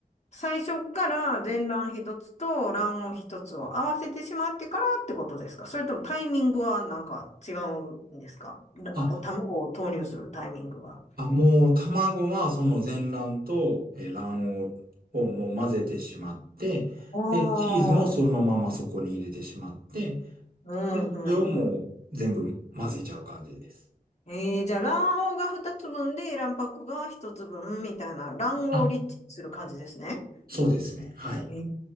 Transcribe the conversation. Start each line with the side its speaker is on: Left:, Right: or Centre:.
Left: 最初から全卵一つと卵黄一つを合わせてしまってからってことですかそれともタイミングはなんか違うんですから卵を投入するタイミングは。
Right: あ、あ、もう卵はその全卵とえー卵黄をもう混ぜてしまって、
Left: あー、
Right: で、チーズもそのままそこに入れてしまって、
Left: うん、
Right: で、それをもう全部混ぜちゃう感じです。
Left: うん、ええじゃあ、卵黄が二つ分で、卵白が一つ分みたいな、卵黄をリッチする感じですね。
Right: あ、そうですね。はい。
Left: え